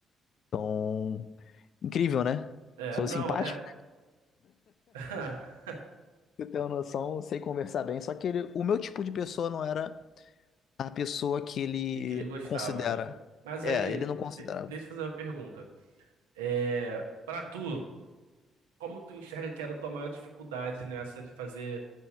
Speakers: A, on the left; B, on the right.
A: Então, Incrível, né?
B: É,
A: Sou
B: não,
A: simpático,
B: é. <laughs>
A: <laughs> eu tenho noção, sei conversar bem, só que ele- o meu tipo de pessoa não era a pessoa que ele
B: Que, que ele gostava,
A: considera.
B: né? Mas
A: É,
B: aí,
A: ele não considera.
B: de- deixa eu fazer uma pergunta. É, para tu, como tu enxerga que era a tua maior dificuldade nessa de fazer